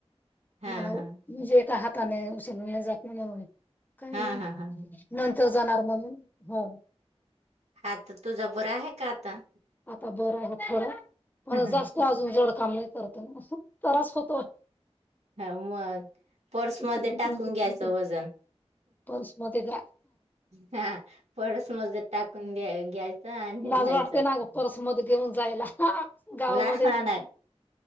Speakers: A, on the right (about 80°); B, on the left (about 15°).
A: हा
B: मला म्हणजे
A: हा
B: एका हाता ताने उचललं जात नाही <unintelligible> काही
A: हा
B: नाही
A: हा हा हा.
B: नंतर जाणार म्हणून हो
A: हा तर तुझा बरं आहे का आता?
B: आता बरं आहे थोडं पण
A: हा
B: जास्त अजून जड काम नाही करत आहे तरास होतो.
A: हां मग पर्स
B: तिथं
A: मध्ये टाकून घ्यायचं वजन
B: पर्समध्ये
A: हां पर्स मध्ये टाकून द्या घ्यायच आणि
B: लाज
A: जायचं
B: वाटते ना ग पर्समध्ये घेऊन जायला गावामध्ये
A: लहान आहे